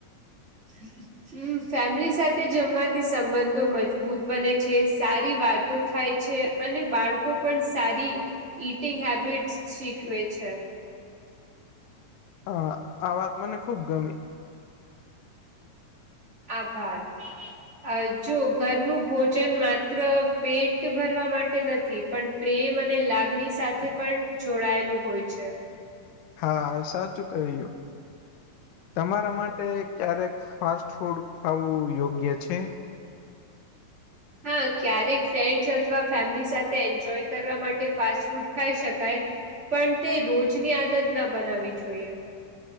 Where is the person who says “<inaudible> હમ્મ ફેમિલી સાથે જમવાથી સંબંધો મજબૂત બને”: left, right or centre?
Right